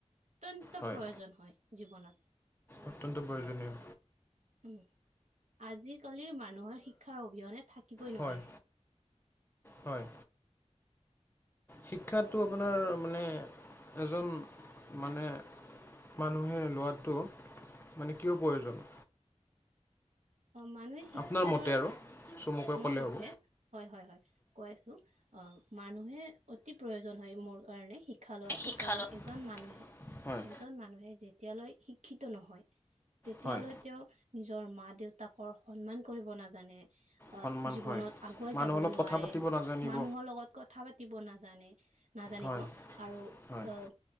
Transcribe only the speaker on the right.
অত্যন্ত
প্ৰয়োজন হয় জীৱনত।
উম আজিকালিৰ মানুহৰ শিক্ষাৰ অবিহনে থাকিবই
নোৱাৰে।
অ মানুহে শিক্ষা
লোৱাৰ
মোৰ
মতে
হয়, হয়, হয় কৈ আছো আহ মানুহে অতি প্ৰয়োজন হয়, মোৰ কাৰণে শিক্ষা লোৱাটো
কাৰণ
এজন মানুহে
এজন মানুহে যেতিয়ালৈ শিক্ষিত নহয়, তেতিয়ালৈ
তেওঁ নিজৰ মা-দেউতা দেউতাকৰ সন্মান কৰিব নাজানে। আহ,
জীৱনত
আগুৱাই
যাব
নোৱাৰে,
মানুহৰ লগত কথা পাতিব নাজানে। নাজানিব
আৰু
আহ